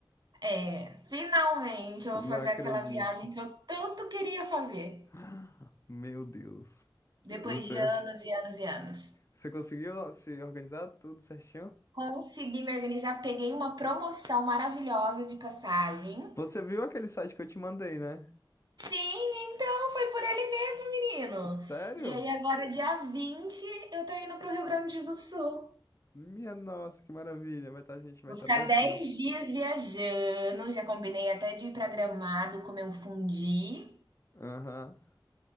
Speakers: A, on the right (about 55°); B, on the left (about 35°).
A: É, finalmente eu
B: Não
A: vou fazer
B: acredito.
A: aquela viagem que eu tanto queria fazer.
B: <gasps> Meu Deus. Você,
A: Depois de anos e anos e anos.
B: você conseguiu se organizar tudo certinho?
A: Consegui me organizar, peguei uma promoção maravilhosa de passagem.
B: Você viu aquele site que eu te mandei, né?
A: Sim, então foi por ele mesmo, menino.
B: Sério?
A: E aí agora, dia 20 eu tô indo pro Rio Grande do Sul.
B: Minha nossa, que maravilha. Vai estar a gente vai
A: Vou
B: estar
A: ficar
B: pertinho.
A: 10 dias viajando, já combinei até de ir pra Gramado comer um fundi.
B: Aham.